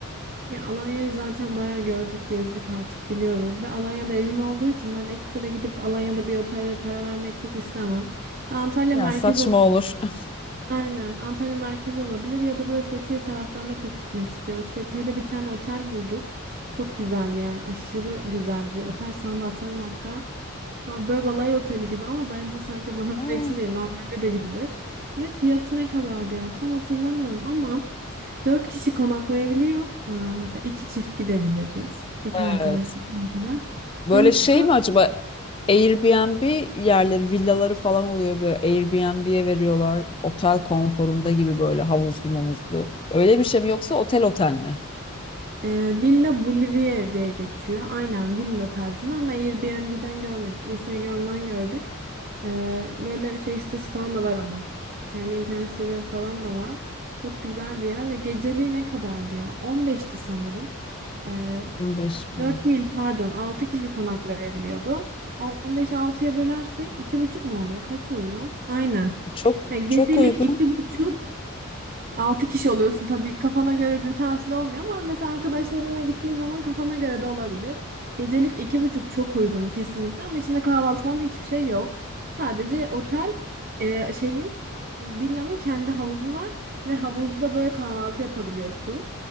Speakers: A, on the right; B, on the left.
A: Ya Alanya'yı zaten bayağı gördük, gezdik artık biliyoruz ve Alanya'da evim olduğu için ben ekstra gidip Alanya'da bir otele para vermek çok istemem. Ya Antalya
B: Ya
A: merkez
B: saçma
A: olabilir.
B: olur. <laughs>
A: Aynen Antalya merkez olabilir ya da böyle Fethiye taraflarına çok gitmek istiyoruz. Fethiye'de bir tane otel bulduk. Çok güzel yani aşırı güzel bir otel. Sana da atarım hatta. Ha, Böyle balay oteli gibi ama bence sadece <laughs> balay
B: Aa,
A: için değil normalde de gidilir. Ve fiyatı ne kadardı ya tam hatırlamıyorum ama 4 kişi konaklayabiliyor. Ee, mesela iki çift gidebiliriz. İki
B: Evet.
A: arkadaş, iki arkadaş.
B: Böyle
A: dört
B: şey
A: kişi kon
B: mi acaba Airbnb yerleri, villaları falan oluyor böyle. Airbnb'ye veriyorlar. Otel konforunda gibi böyle havuzlu mamuzlu. Öyle bir şey mi yoksa otel otel mi?
A: Ee, Villa Boliviev diye geçiyor. Aynen villa tarzında ama Airbnb'den görmedik. Instagram'dan gördük. Ee, böyle şey sitesi falan da var ama. Kendi internet siteleri falan da var. Çok güzel bir yer ve geceliği ne kadardı ya? 15'ti sanırım. Ee,
B: 15 bin.
A: 4 değil pardon 6 kişi konaklayabiliyordu. 15 altıya bölersek iki buçuk mu oluyor? Kaç oluyor? Aynen.
B: Çok
A: Yani gecelik
B: çok uygun.
A: iki buçuk, 6 kişi oluyorsun tabii kafana göre bir tatil olmuyor ama mesela arkadaşlarınla gittiğin zaman kafana göre de olabilir. Gecelik iki buçuk çok uygun kesinlikle ama içinde kahvaltı falan hiçbir şey yok. Sadece otel e, şeyin villanın kendi havuzu var ve havuzda böyle kahvaltı yapabiliyorsun.